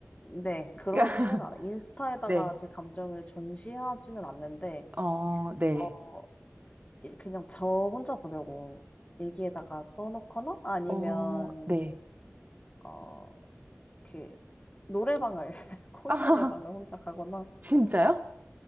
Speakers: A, on the left; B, on the right.
A: 네, 그러지는
B: <laughs>
A: 않아. 요 인스타에다가
B: 네.
A: 제 감정을 전시하지는 않는데.
B: 어, 네.
A: 어, 이- 그냥 저 혼자 보려고 일기에다가 써놓거나 아니면
B: 어, 네.
A: 어 그 노래방을 <laughs> 코인
B: <laughs> 아,
A: 노래방을 혼자 가거나
B: 진짜요?